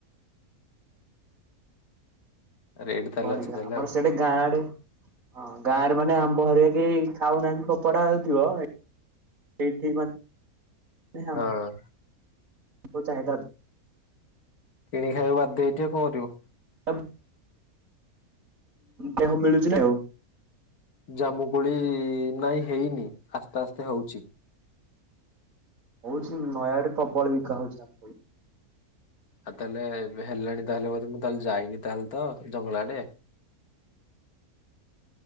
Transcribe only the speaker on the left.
ରେଟ୍ ତାହେଲେ
ଅଛି ତାହେଲେ
ଆଉ
ହଁ।
କିଣିକି ଖାଇବାକୁ ବାଧ୍ୟ ହେଇଥିବ, କଣ କରିବ।
ଜାମୁକୋଳି ନାଇଁ ହେଇନି ଆସ୍ତେ ଆସ୍ତେ ହଉଛି।
ଆଉ ତାହେଲେ ଏବେ ହେଲାଣି ତାହେଲେ ବୋଧେ ମୁଁ ତାହେଲେ ଯାଇନି ତାହେଲେ ତ ଜଙ୍ଗଲା ଆଡେ।